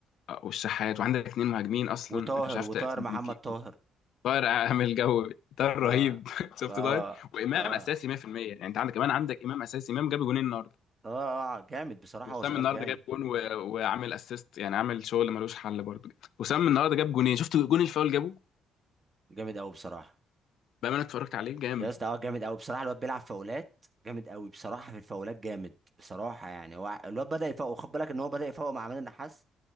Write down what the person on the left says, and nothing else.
والشحات وعندك اتنين مهاجمين اصلا
انت مش عارف
تأثير
مين فيهم
طاهر عامل جو طاهر رهيب
<laughs> شفت
طاهر وامام
اساسي 100% يعني انت عندك كمان عندك امام اساسي امام جاب جونين النهارده
وسام
النهارده
جاب جون و... وعامل اسيست يعني عامل شغل ملوش حل برضه وسام النهارده جاب جونين شفت جون الفاول جابه
بقى انا اتفرجت عليه جامد